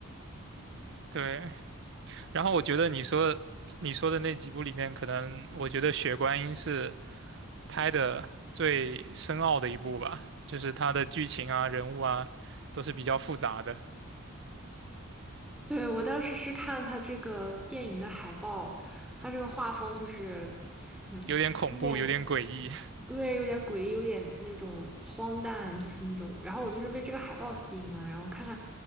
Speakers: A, on the right; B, in the centre.
A: 对。然后我觉得你说你说的那几部里面，可能我觉得《血观音》是拍的最深奥的一部吧，就是它的剧情啊、人物啊都是比较复杂的，
B: 对，我当时是看它这个电影的海报，它这个画风就是，<laughs> 哼，
A: 有点恐怖，
B: 有点。
A: 有点诡异。<laughs>
B: 对，有点诡异，有点那种荒诞，就是那种。然后我就是被这个海报吸引了，然后看看，